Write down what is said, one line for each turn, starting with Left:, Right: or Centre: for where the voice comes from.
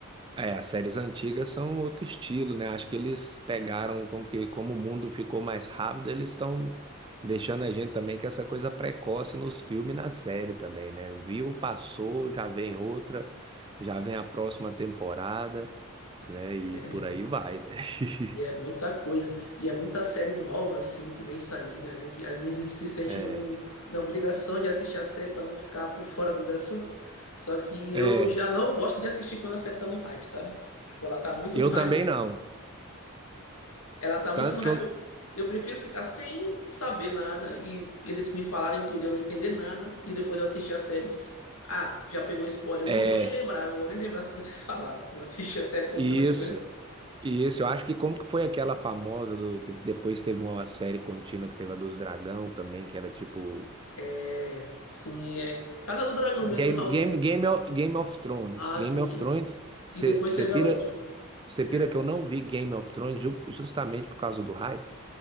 Right: É, as séries antigas são outro estilo, né? Acho que eles pegaram como que como o mundo ficou mais rápido, eles estão deixando a gente também com essa coisa precoce nos filmes e na série também, né? Viu, passou, já vem outra, já vem a próxima temporada, né? E
Left: É,
Right: por aí vai, né?
Left: E
Right: <laughs>
Left: é muita coisa, e é muita série nova assim que vem saindo. A gente, às vezes a gente se sente
Right: É,
Left: num, na obrigação de assistir a série para não ficar por fora dos assuntos. Só que eu
Right: é,
Left: já não gosto de assistir quando a série tá no hype, sabe? Tipo, ela tá muito
Right: eu
Left: no hype.
Right: também não.
Left: Ela tá muito
Right: Tanto
Left: no
Right: que
Left: hype.
Right: eu,
Left: Eu, eu prefiro ficar sem saber nada e eles me falarem tudo e eu não entender nada. E depois eu assistir as séries. Ah, já pegou spoiler. Eu
Right: é,
Left: não vou nem lembrar, não vou nem lembrar o que vocês <laughs> falaram. Vou assistir a série como
Right: isso.
Left: se eu não tivesse.
Right: E isso, eu acho que como que foi aquela famosa do que depois teve uma série contínua que teve a dos Dragão também, que era tipo
Left: É, Sim, é Casa do Dragão mesmo.
Right: Game, Game, Game, of- Game of Thrones.
Left: Ah,
Right: Game
Left: sim.
Right: of Thrones,
Left: E
Right: você
Left: depois teve
Right: pira,
Left: a outra.
Right: você pira
Left: É.
Right: que eu não vi Game of Thrones ju- justamente por causa do hype.